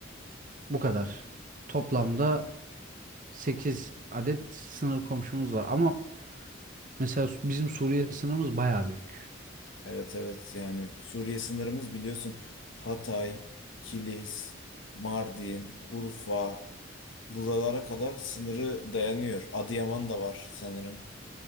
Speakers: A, on the right (about 40°); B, on the left (about 80°).
A: Bu kadar. Toplamda
B: Bu kadar.
A: 8 adet sınır komşumuz var. Ama mesela bizim Suriye sınırımız bayağı büyük.
B: Evet evet yani Suriye sınırımız biliyorsun Hatay, Kilis, Mardin, Urfa buralara kadar sınırı dayanıyor. Adıyaman da var sanırım.